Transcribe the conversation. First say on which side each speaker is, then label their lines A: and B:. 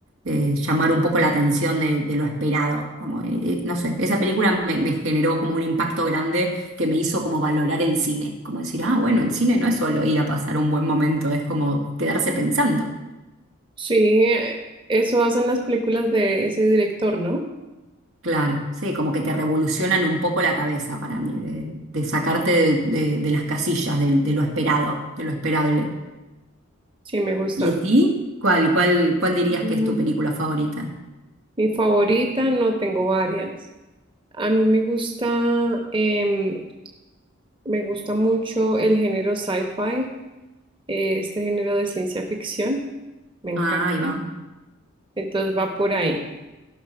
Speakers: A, on the right; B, on the right.
A: eh, llamar un poco la atención de, de lo esperado. Como, eh, eh, no sé, esa película me, me generó como un impacto grande que me hizo como valorar el cine. Como decir, ah, bueno, el cine no es solo ir a pasar un buen momento, es como quedarse pensando.
B: sí, eh, eso hacen las películas de ese director, ¿no?
A: Claro, sí, como que te revolucionan un poco la cabeza para mí, de, de sacarte de, de- de las casillas, del- de, lo esperado, de lo esperable.
B: Sí, me gusta.
A: ¿Y a ti? ¿Cuál, cuál, cuál dirías
B: Mm,
A: que es tu película favorita?
B: Mi favorita, no tengo varias. A mí me gusta, em, me gusta mucho el género sci-fi, eh, este género de ciencia ficción, me encanta.
A: Ah, ahí va.
B: Entonces va por ahí.